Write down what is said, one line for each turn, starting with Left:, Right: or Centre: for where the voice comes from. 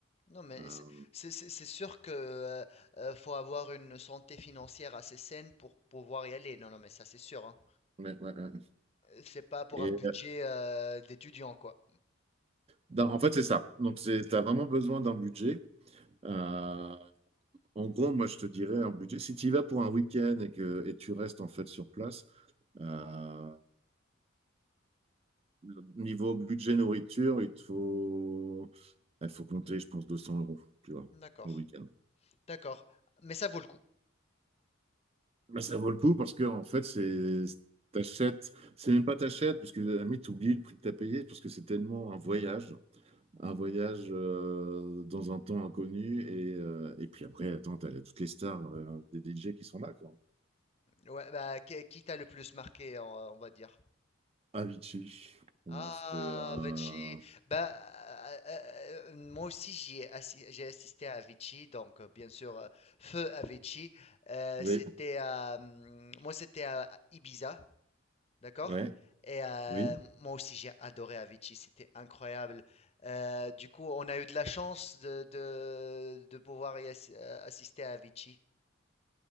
Left: Non, mais
Right: Euh,
Left: c'est c'est- c'est- c'est sûr que euh, euh, faut avoir une santé financière assez saine pour pouvoir y aller. Non, non, mais ça, c'est sûr, hein.
Right: ouais, ouais, ouais.
Left: C'est pas pour
Right: Et
Left: un budget euh, d'étudiant, quoi.
Right: dans- en fait, c'est ça. Donc, tu as vraiment besoin d'un budget. Euh, en gros, moi, je te dirais un budget. Si tu y vas pour un week-end et que et tu restes en fait sur place, euh, le- niveau budget nourriture, il te faut, il faut compter, je pense, 200 euros, tu vois,
Left: D'accord,
Right: pour le week-end.
Left: d'accord. Mais ça vaut le coup.
Right: Mais ça vaut le coup parce que en fait, c'est t'achètes, c'est même pas t'achètes, parce que à la limite, t'oublies le prix que t'as payé, parce que c'est tellement un voyage, un voyage euh, dans un temps inconnu, et, euh, et puis après, attends, t'as les- toutes les stars euh, des DJ qui sont là, quoi.
Left: Ouais, bah, qui qui t'a le plus marqué, on on va dire?
Right: Avicii, pour
Left: Ah,
Right: moi, c'était euh,
Left: Vichy. Bah, euh, euh, moi aussi, j'y ai assi- j'ai assisté à Vichy, donc euh, bien sûr, euh, feu à Vichy. Euh,
Right: oui,
Left: c'était à, hum, moi, c'était à Ibiza. D'accord?
Right: ouais,
Left: Et euh,
Right: oui.
Left: moi aussi, j'ai adoré Avicii, c'était incroyable. Euh, du coup, on a eu de la chance de, de, de pouvoir y assi- euh, assister à Avicii.